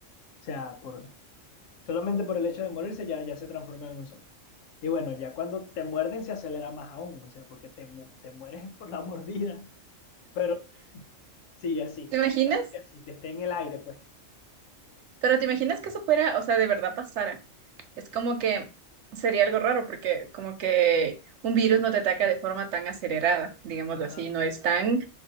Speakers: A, on the left; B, on the right.
A: sea, por, solamente por el hecho de morirse ya, ya se transforman en un zombie. Y bueno, ya cuando te muerden se acelera más aún, o sea, porque te, mu- te mueres <laughs> por la mordida, pero sí, así,
B: ¿Te imaginas?
A: digamos que así, que esté en el aire, pues.
B: Pero ¿te imaginas que eso fuera, o sea, de verdad pasara? Es como que sería algo raro porque como que un virus no te ataca de forma tan acelerada, digámoslo
A: Ajá,
B: así, no es tan,